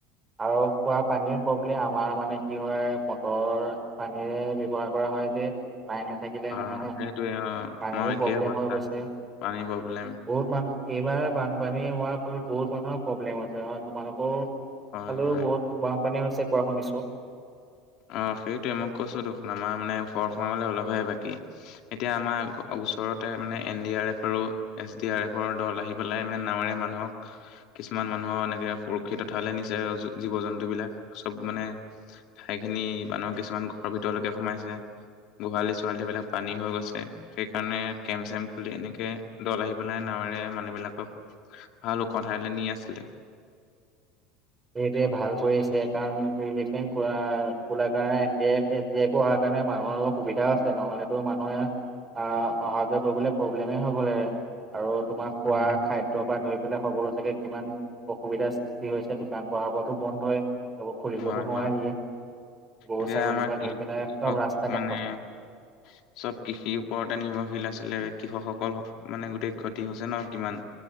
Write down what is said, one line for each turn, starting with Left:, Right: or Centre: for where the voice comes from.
Right: আৰু খোৱা পানীৰো প্ৰব্লেম, আমাৰ মানে কি হয় মটৰ- পানীৰে ব্যৱহাৰ কৰা হয় যে, কায়েন নাথাকিলে
Left: অ
Right: মানে হে
Left: সেইটোৱে অ
Right: পানীৰো
Left: আমাৰ একেই
Right: প্ৰব্লেম
Left: অৱস্থা
Right: হৈ অৱৎছে।
Left: পানী প্ৰব্লেম
Right: বহুত মানুহ এইবাৰ বানপানী হোৱাৰ ফলত বহুত মানুহৰ প্ৰব্লেম হৈছে হয় তোমালোকও- সেফালেও
Left: হয় হয়
Right: বহুত বানপানী হৈছে কোৱা শুনিছো।
Left: অঁ সেইটোৱে মই কৈছোটো, আমাৰ মানে ঘৰ সোমাবলৈ ওলপহে বাকী। এতিয়া আমাৰ ওচৰতে মানে এন ডি আৰ এফ আৰু- এছ ডি আৰ এফৰ দল আহি পেলাই মানে নাওঁৰীয়া মানুহক- কিছুমান মানুহৰ এনেকে সুৰক্ষিত ঠাইলে নিচে জীৱ জন্তু বিলাক চব মানে- ঠাই খিনি মানুহ কিছুমান ঘৰৰ ভিতৰলৈকে সোমাইছে। গোহালি ছোহালী বিলাক পানী হৈ গৈছে। সেইকাৰণে কেম্প চেম্প খুলি এনেকে দল আহি পেলাই নাৱৰে মানুহবিলাকক- ভাল ওখ ঠাইলৈ নি আছিলে।
Right: সেইটোৱে ভাল কৰিছে কাৰণ ৰিলেফেন কৰাৰ কোলা কাৰনে এন ডি আই এফে- যে এইবোৰ অহাৰ কাৰণে মানুহৰও সুবিধা হৈছে। নহ'লেতো মানুহে- আহ অহা যোৱা কৰিবলৈ প্ৰব্লেমেই হৈ গ'ল হলে, আৰু- তোমাৰ খোৱা
Left: উম
Right: খাদ্যৰ পা ধৰি পেলাই সকলো চাগে কিমান অসুবিধাৰ সৃষ্টি হৈছে। ছে দোকান পহাবোৰতো বন্ধ এই হব। খুলিবতো
Left: হয়
Right: নোৱাৰিয়ে
Left: হয়
Right: গৰু,
Left: এতিয়া
Right: ছাগলী
Left: আমাৰ
Right: পা
Left: কৃষক
Right: ধৰি পেলাই চব ৰাস্তা
Left: মানে
Right: কাষত।
Left: <unintelligible> চব কৃষিৰ ওপৰতে নিৰ্ভৰশীল আছিলে কৃষকসকল মানে গোটেই ক্ষতি হৈছে, ন কিমান।